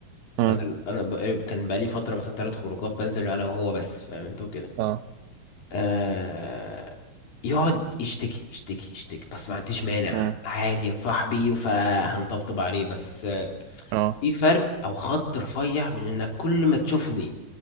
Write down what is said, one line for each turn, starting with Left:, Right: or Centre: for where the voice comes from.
Right: مم،
Left: انا انا بقى كان بقالي فتره مثلا ثلاث خروجات بنزل انا وهو بس فاهم انت كده
Right: اه
Left: آه يقعد يشتكي يشتكي يشتكي بس ما عنديش مانع
Right: مم،
Left: عادي يا صاحبي فهنطبطب عليه بس آه،
Right: اه
Left: في فرق او خط رفيع من انك كل ما تشوفني